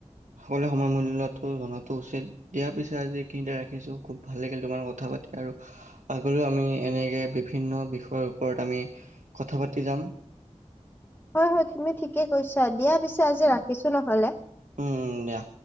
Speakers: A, on the right; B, on the left.
A: সকলোৱে সময় মূল্যটো জনাতো উচিত দিয়াৰ পিছত আজি এইখিনিতে ৰাখিছো খুব ভাল লাগিল তোমাৰ কথা কথা পাতি আৰু আগলৈও আমি এনেকে বিভিন্ন বিষয়ৰ ওপৰত আমি, কথা পাতি যাম।
B: হয় হয় তুমি ঠিকে কৈছা, দিয়া পিছে আজি ৰাখিছো নহলে।
A: উম দিয়া।